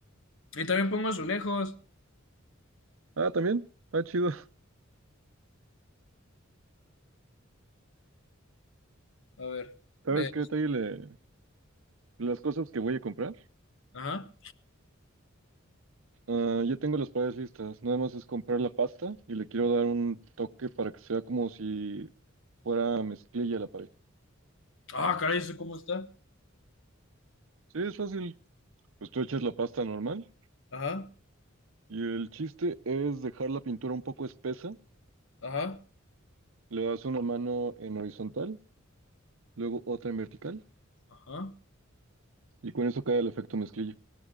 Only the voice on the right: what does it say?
Ah, también. Está chido. <laughs>
¿Sabes
qué detalle le, Las cosas que voy a comprar,
ah, ya tengo las paredes listas. Nada más es comprar la pasta y le quiero dar un toque para que sea como si fuera mezclilla la pared.
Sí, es fácil. Pues tú echas la pasta normal
y el chiste es dejar la pintura un poco espesa.
Le das una mano en horizontal, luego otra en vertical
y con eso cae el efecto mezclilla,